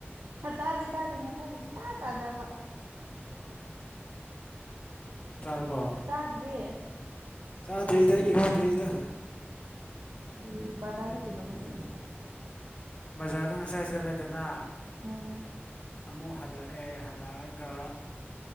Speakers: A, on the right; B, on the left.
A: ꯇꯥꯔꯦ ꯇꯥꯔꯦ ꯉꯁꯥꯏꯒꯤꯁꯨ ꯇꯥ ꯇꯥꯗꯕ
B: ꯑꯣ ꯆꯥꯔꯕꯣ
A: ꯆꯥꯗꯔꯤ
B: ꯆꯥꯗ꯭ꯔꯤꯗ ꯏꯔꯨꯗ꯭ꯔꯤꯗ
A: ꯑꯩ ꯕꯖꯥꯗꯩꯒꯧꯕ ꯆꯠ ꯂꯩꯕ
B: ꯑꯣꯖꯥꯗꯪ ꯉꯁꯥꯏꯁ ꯂꯩꯗꯅ
A: ꯎꯝ
B: ꯑꯃꯨꯛ ꯍꯜꯂꯛꯑꯦ ꯍꯜꯂꯛꯑꯒ